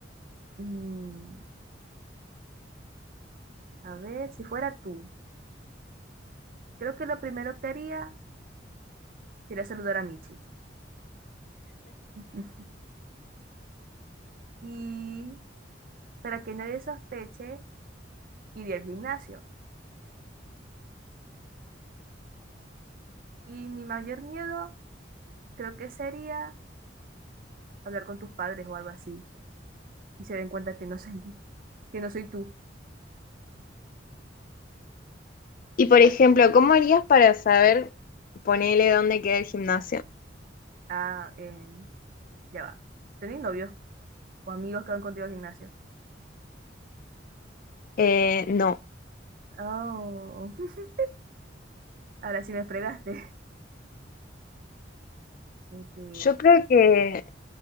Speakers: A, on the right; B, on the left.
A: Mm, a ver, si fuera tú, creo que lo primero que haría sería saludar a Michi. <laughs> Y para que nadie sospeche, iría al gimnasio. Y mi mayor miedo creo que sería hablar con tus padres o algo así y se den cuenta que no soy, <laughs> que no soy tú.
B: Y por ejemplo, ¿cómo harías para saber, ponele dónde queda el gimnasio?
A: Ah, eh, ya va. ¿Tenés novios o amigos que van contigo al gimnasio?
B: Eh, no,
A: Oh, <laughs> ahora sí me fregaste. Este,
B: yo creo que,